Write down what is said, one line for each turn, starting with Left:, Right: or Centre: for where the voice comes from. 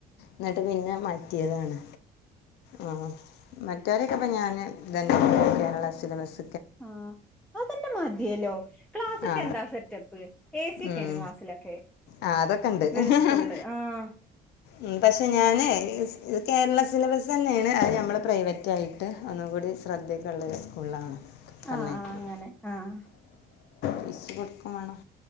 Left: ന്നെട്ട് പിന്നെ മാറ്റിയതാണ്. ആഹ് മറ്റാരൊക്കെ പ്പം ഞാന് തെന്നെ കേരളാ സിലബസ്.
Centre: ആഹ് അതന്നെ മതിയല്ലോ. ക്ലാസൊക്കെ
Left: ആ
Centre: എന്താ സെറ്റപ്പ്. ഏ സി യൊക്കേണ്
Left: ഉം
Centre: ക്ലാസ്സിലൊക്കെ.
Left: ആ അതൊക്കെ ഉണ്ട്
Centre: വരെ സ്ക്കൂൾല്. ആ ഹ്
Left: ഉം. പക്ഷെ ഞാന് ഇസ് ഇ കേരള സിലബസെന്നേണ്. അത് ഞമ്മളെ പ്രൈവറ്റായി ട്ട് ഒന്നും കൂടി ശ്രദ്ധക്കെള്ളാരു സ്കൂൾലാണ്. പറഞ്ഞേക്ക്ണെ.
Centre: ആഹ് ആഹ് അങ്ങനെ ആഹ്
Left: ഫീസ് കൊട്ക്കും വേണം.